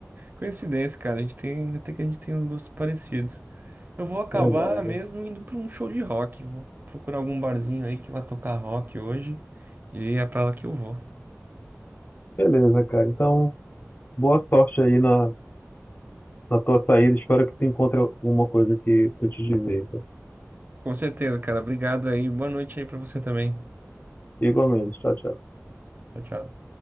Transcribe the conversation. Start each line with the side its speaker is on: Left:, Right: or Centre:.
Right: Coincidência, cara, a gente tem, até que a gente tem uns gostos parecidos. Eu vou acabar
Left: Verdade.
Right: mesmo indo para um show de rock. Vou procurar algum barzinho aí que vai tocar rock hoje. E é pra lá que eu vou.
Left: Beleza, cara. Então, boa sorte aí na, na tua saída. Espero que tu encontre alguma coisa que que eu te dizer.
Right: Com certeza, cara. Obrigado aí. Boa noite aí pra você também.
Left: Igualmente. Tchau, tchau.
Right: Tchau, tchau.